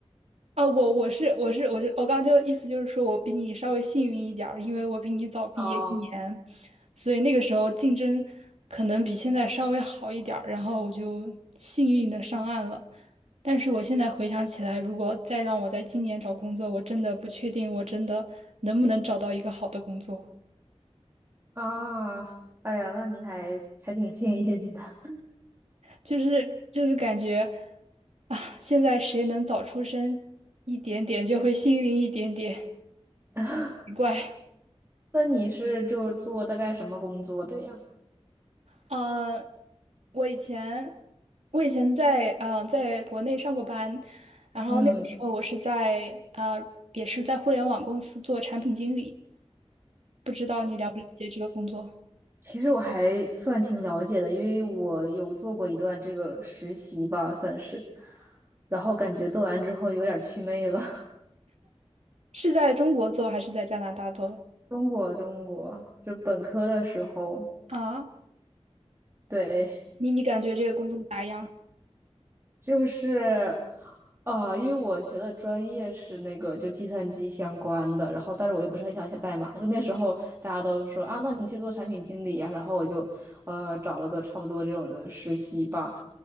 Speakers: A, on the right (about 80°); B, on the right (about 25°).
A: 啊！我我是我是我就我刚刚就意思就是说我比你稍微幸运一点儿，因为我比你早毕业一年，
B: 哦，
A: 所以那个时候竞争可能比现在稍微好一点儿，然后我就幸运的上岸了。但是我现在回想起来，如果再让我在今年找工作，我真的不确定我真的能不能找到一个好的工作。
B: 啊，哎呀，那你还还挺幸运的。
A: 就是就是感觉啊，现在谁能早出生一点点，就会幸运一点点，
B: <laughs>
A: 奇怪。
B: 那你是就做大概什么工作的呀？
A: 呃，我以前我以前在呃在国内上过班，然后那个时候我是在呃也是在互联网公司做产品经理，
B: 嗯，
A: 不知道你了不了解这个工作，
B: 其实我还算挺了解的，因为我有做过一段这个实习吧，算是。然后感觉做完之后有点儿祛魅了。
A: 是在中国做还是在加拿大做？
B: <laughs> 中国，中国，就本科的时候，
A: 啊，
B: 对。
A: 你你感觉这个工作咋样？
B: 就是，啊、因为我学的专业是那个就计算机相关的，然后但是我又不是很想写代码，就那时候大家都说啊，那你去做产品经理呀、然后我就呃找了个差不多这种的实习吧，